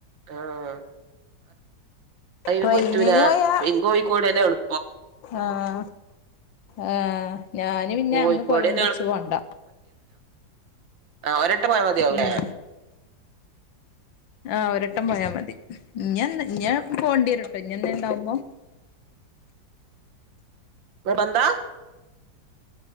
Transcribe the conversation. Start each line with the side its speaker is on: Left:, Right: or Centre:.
Right: ആഹ് അയിനും
Left: ട്രെയിനിന്
Right: പറ്റൂലാ
Left: പോയാ
Right: പിന്നെ കോഴിക്കോട് തന്നെ ഉള്ളു
Left: ആഹ് ആഹ് ഞാന് പിന്നെ
Right: കോഴിക്കോടെന്നെ
Left: അന്ന് പോയോണ്ട് ഇച്ച് പോണ്ട
Right: ആഹ ഒരട്ടമായ മതിയാവും
Left: ഉം ആഹ് ഒരട്ടം പോയാ മതി ഇഞ ഇഞ പോണ്ടീരട്ടോ ഇനന്നണ്ടാവുമ്പോ
Right: <inaudible> വന്താ